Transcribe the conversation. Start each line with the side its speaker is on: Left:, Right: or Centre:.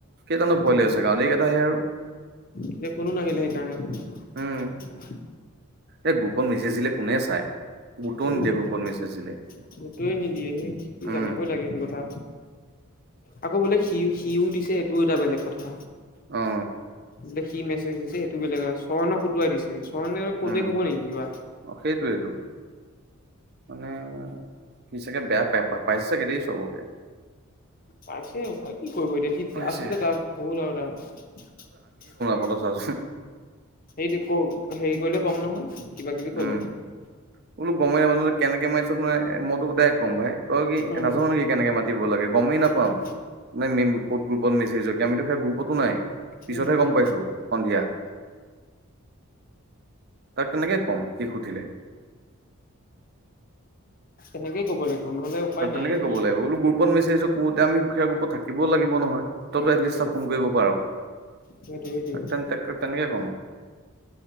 Right: কেইটানো পোৱালি
Left: উম
Right: আছে কাৰণ এইকেইটা সে আৰু
Left: এতিয়া কোনো নাহিলে সেইকাৰণে।
Right: উম এই গ্ৰুপত মেছেজ দিলে কোনে চাই। গুৰুত্বও
Left: গুৰুত্বৱে
Right: নিদিয়ে গ্ৰুপত মেছেজ দিলে
Left: নিদিয়ে সেই কি
Right: উম
Left: জানিবই লাগে সেইটো কথা।
Right: <inaudible>
Left: আকৌ বোলে সি সিও দিছে সেইটোও এটা বেলেগ কথা।
Right: অ
Left: বো কি মেছেজ দিছে সেইটো বেলেগ আৰু সৰ্ণক সুটুৱাই দিছে। অ কলে
Right: উম
Left: হ'ব নে কিবা।
Right: অ সেইটোৱেইটো মানে সি চাগে বেয়া পাই পাইছে চাগে দেই চবকে।
Left: পাইছে উপায় কি কৰিব এতিয়া
Right: পাইছে
Left: সি আচলতে তাৰ ভুল আৰু তাৰ
Right: মত আ চ <unintelligible>
Left: সেইটো ক হেৰি কৰিলে কম নহয় কিবা কিবি কলে।
Right: উম বোলো গমেই নাপালোকেনেকৈ মাৰিছোঁ মইটো ডাইৰেক্ট কম ভাই। তই কি
Left: উম
Right: নাজানো নেকি কেনেকে মাতিব লাগে গমেই নাপাও
Left: উম
Right: মানে। ক'ত গ্ৰুপত মেছেজ আমিতো সেই গ্ৰুপতো নাই পিছতহে
Left: উম
Right: গম
Left: উম
Right: পাইছো সন্ধিয়া। তাক তেনেকে কম সি সুধিলে।
Left: তেনেকেই কব লাগিব নহলে উপায়
Right: ত তেনেকে
Left: নাই
Right: কব
Left: কি
Right: লাগিব গ্ৰুপত মেছেজক। আমি দুখীয়া গ্ৰুপত থাকিবও লাগিব নহয় তইটোএতলিষ্ট
Left: উম উম।
Right: ফোন কৰিব পাৰ। ত
Left: সেইটোৱে
Right: তেন তক তেনেকে কম।